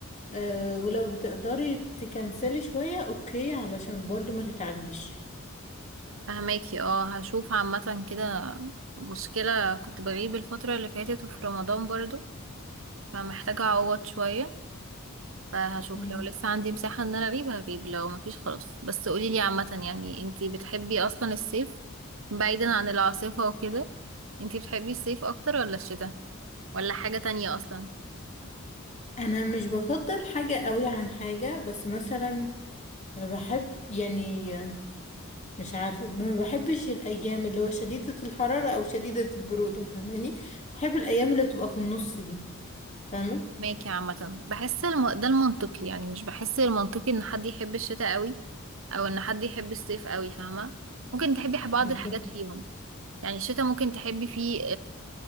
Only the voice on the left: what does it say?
أه ولو بتقدري تكنسلي شوية أوكي علشان برضو ما تتعبيش
مم.
أنا مش بفضل حاجة قوي عن حاجة بس مثلا ما بحب يعني آه، مش عارفة ما بحبش الأيام اللي هو شديدة الحرارة أو شديدة البرودة فاهماني بحب الأيام اللي تبقى في النص دي فاهمة
بالظبط.